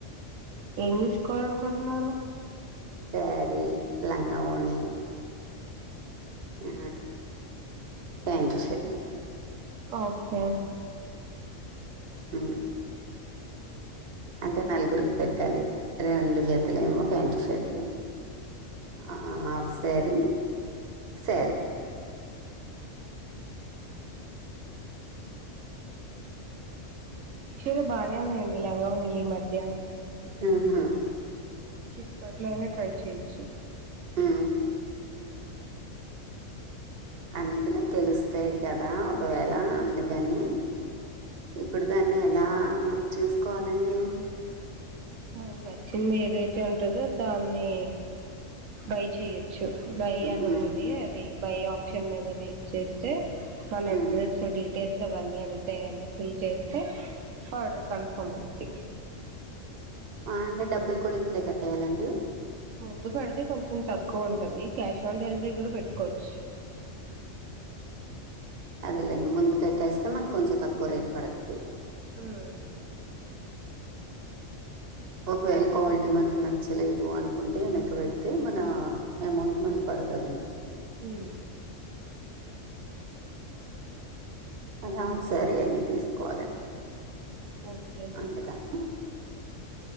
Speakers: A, on the right; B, on the right.
A: ఏం తీసుకోవాల అనుకుంటున్నారు
B: సారి లంగ వోని ఆ ప్యాంటు షర్ట్లు
A: ఓకే
B: ఉమ్ అంటే నలుగురికి పెట్టాలి రెండు జతలు ఏమో ప్యాంటు షర్ట్లు హాఫ్ శారీ శారీ
A: మీషోలో బానేే ఉన్నాయండీ లంగ వోని లు ఈ మధ్య
B: హుమ్మ్
A: ఫ్లిప్కట్లో అయిన ట్రై చేయొచ్చు
B: ఆ అందుకనే తెలుస్తాయి కదా ఒకవేళ అందుకని ఇప్పుడు దాన్ని ఎలా బుక్ చేసుకోవాలండి
A: మనకి నచ్చింది ఏదైతే ఉంటదో దాన్ని బై చెయ్య చ్చు బయ్
B: ఉమ్,
A: అని
B: ఉమ్,
A: ఉంటది అది బై ఆప్షన్ మీద క్లిక్ చేస్తే మన
B: ఉమ్,
A: అడ్రెస్ డి డీటెయిల్స్ అవన్నీ అడుగుతాయి అండి ఫిల్ చేస్తే హార్డర్ కన్ఫర్మ్ ఐ థీ
B: అ డబ్బులు కూడా ఇప్పుడే కట్టేయాలండి
A: ముందు కడితే కొంచెం తక్కువ ఉంటంది క్యాష్ ఆన్ డెలివరీ కూడా పెట్టుకోవచ్చు
B: అదేలేం ముందు కట్టేస్తే మన కొంచెం తక్కువ రేట్ పడుతుంది
A: హమ్
B: ఒకవేళ క్వాలిటీ మనకి నచ్చలేదు అనుకుంటే వెనెక్క పెడితే మన అమౌంట్ మనకు పడుతుందండి
A: హమ్
B: అదా సర అయ్యి తీసుకోవాలని
A: ఓకే
B: అందుకని